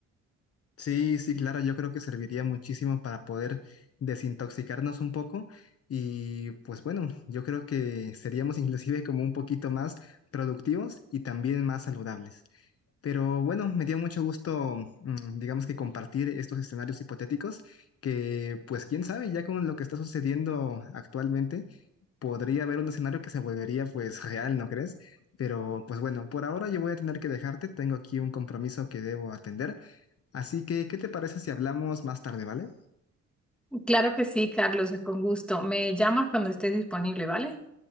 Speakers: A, on the left (about 50°); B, in the centre.
A: Sí, sí, claro, yo creo que serviría muchísimo para poder desintoxicarnos un poco y pues bueno, yo creo que seríamos inclusive como un poquito más productivos y también más saludables. Pero bueno, me dio mucho gusto, mm, digamos que compartir estos escenarios hipotéticos que pues quién sabe, ya con lo que está sucediendo actualmente podría haber un escenario que se volvería pues real, ¿no crees? Pero pues bueno, por ahora yo voy a tener que dejarte, tengo aquí un compromiso que debo atender, así que ¿qué te parece si hablamos más tarde, ¿vale?
B: Claro que sí, Carlos, con gusto. Me llamas cuando estés disponible, ¿vale?